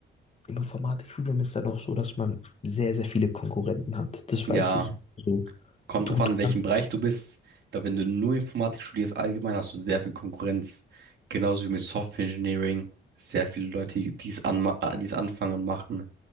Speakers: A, on the left; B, on the right.
A: im Informatikstudium ist dann auch so, dass man sehr, sehr viele Konkurrenten hat. Das
B: Ja,
A: weiß ich. Also,
B: kommt
A: du,
B: drauf an,
A: du
B: in welchem Bereich du bist. Ich glaube, wenn du nur Informatik studierst, allgemein hast du sehr viel Konkurrenz. Genauso wie mit Software Engineering. Sehr viele Leute, die die es anma äh, die es anfangen und machen.